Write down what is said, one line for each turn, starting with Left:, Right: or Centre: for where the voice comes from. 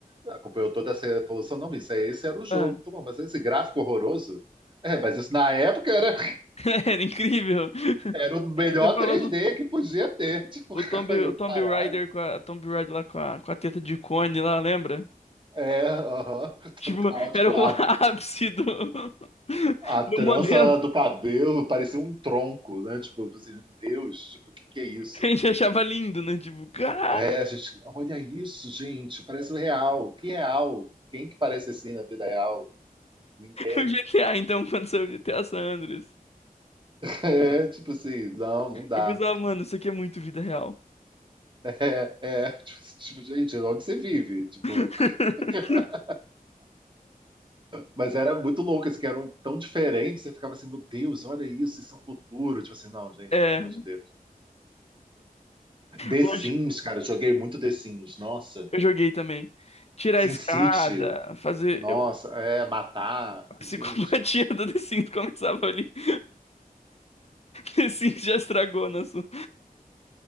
Right: acompanhou toda essa evolução, não, isso aí, esse era o jogo.
Left: Ah,
Right: Tô bom, mas esse gráfico horroroso. É, mas isso na época era,
Left: <laughs> era incrível.
Right: era o melhor
Left: Você falou
Right: três
Left: do
Right: d que podia ter. Tipo,
Left: o
Right: <laughs>
Left: Tomb,
Right: eu,
Left: o Tomb
Right: caralho.
Left: Raider com a, a Tomb Raider lá com a, com a teta de cone lá, lembra?
Right: É, aham,
Left: Tipo,
Right: total. Tipo,
Left: era o
Right: a
Left: <laughs> ápice do, do
Right: A trança
Left: modelo.
Right: do cabelo parecia um tronco, né? Tipo, eu falei assim, meu Deus, tipo, o que que é isso?
Left: A gente achava lindo, né? Tipo, caralho,
Right: É, a gente, olha isso, gente, parece o real. Que é real? Quem que parece assim na vida real? Ninguém.
Left: o GTA,
Right: <laughs>
Left: então, quando saiu o GTA San Andreas.
Right: É, tipo assim, não, não dá.
Left: Eu pensava, mano, isso aqui é muito vida real.
Right: <laughs> É, é, tipo, tipo, gente, onde você vive? Tipo,
Left: <laughs>
Right: <laughs> mas era muito louco, assim, que eram tão diferentes, você ficava assim, meu Deus, olha isso, isso é o futuro. Tipo assim, não, gente,
Left: É,
Right: pelo amor de Deus. The
Left: hoje
Right: Sims, cara, eu joguei muito The Sims, nossa.
Left: eu joguei também. Tirar
Right: Sin
Left: a escada,
Right: City,
Left: fazer.
Right: Nossa,
Left: Eu,
Right: é, matar,
Left: a psicopatia
Right: gente,
Left: do The Sims começava ali. <laughs> The Sims já estragou nosso.